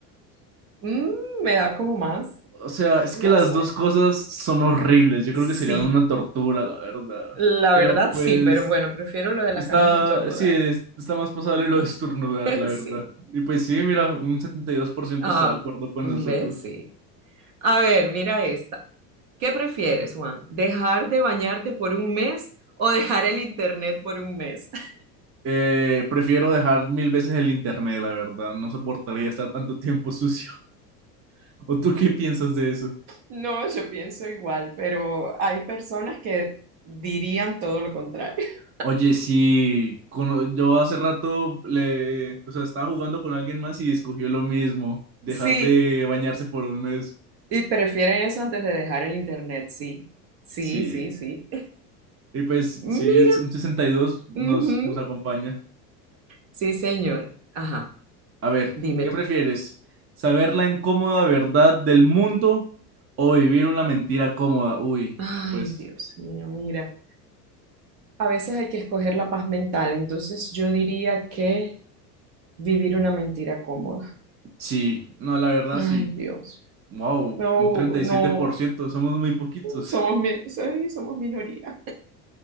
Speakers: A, on the right; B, on the right.
A: <gasps> mm, me da como más,
B: O sea, es
A: no
B: que las
A: sé.
B: dos cosas son horribles. Yo creo
A: Sí,
B: que serían una tortura, la verdad.
A: la
B: Pero
A: verdad
B: pues
A: sí, pero bueno, prefiero lo de las
B: está,
A: ganas de estornudar.
B: sí, es- está más pasable lo de estornudar,
A: <laughs>
B: la verdad.
A: Sí.
B: Y pues sí, mira, un setenta y dos por ciento
A: Ah,
B: está de acuerdo con
A: ¿ves?
B: nosotros.
A: Sí. A ver, mira esta. ¿Qué prefieres, Juan? ¿Dejar de bañarte por un mes o dejar el internet por un mes?
B: Eh, prefiero dejar mil veces el internet, la verdad. No soportaría estar tanto tiempo sucio. <laughs> ¿O tú qué piensas de eso?
A: No, yo pienso igual, pero hay personas que dirían todo lo contrario. <laughs>
B: Oye, sí, cono- yo hace rato le, o sea, estaba jugando con alguien más y escogió lo mismo, dejar
A: Sí,
B: de bañarse por un mes.
A: y prefieren eso antes de dejar el internet, sí. Sí,
B: Sí,
A: sí, sí.
B: y pues
A: <laughs> Mira,
B: sí, es un 62 nos,
A: ujú,
B: nos acompaña.
A: Sí, señor. Ajá,
B: A ver,
A: dime
B: ¿qué
A: tú.
B: prefieres? ¿Saber la incómoda verdad del mundo o vivir una mentira cómoda? Uy,
A: Ay,
B: pues
A: Dios mío, mira. A veces hay que escoger la paz mental, entonces yo diría que vivir una mentira cómoda.
B: sí, no, la verdad
A: Ay,
B: sí.
A: Dios.
B: Wow,
A: No,
B: un treinta
A: no,
B: y siete por ciento. somos muy poquitos.
A: somos, mi- sí, somos minoría.